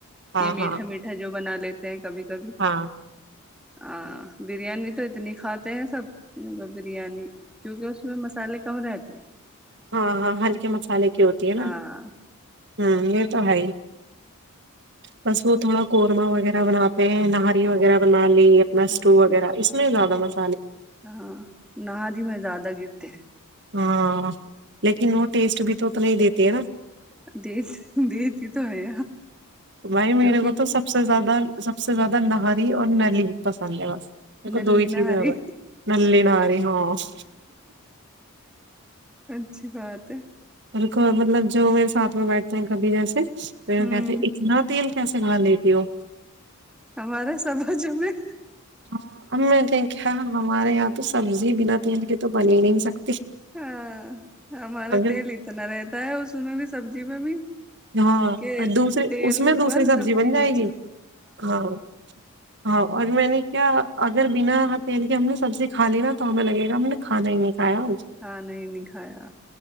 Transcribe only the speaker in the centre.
یہ میٹھا
میٹھا جو بنا لیتے ت کبھی کبھی
ہ بریانی تو اتنی کھاتے ہیں سب بریانی کیونکہ اس میں مسالے کم رہتے ہیں
ہاں
ہ
ہاں نہا جی میں زیادہ گرتے ہیں
د دتی ہی تو ہے
کیونکہ
نلی
نہاری
ہچ شفات
ہوں
ہمارا سماج میں
ہاں ہمارا
تیل اتلا رہتا ہے اس میں بھی سبزی میں بھی
کہ
تیل
اوپر
نیچے
ہاں نہیں نہیں کھایا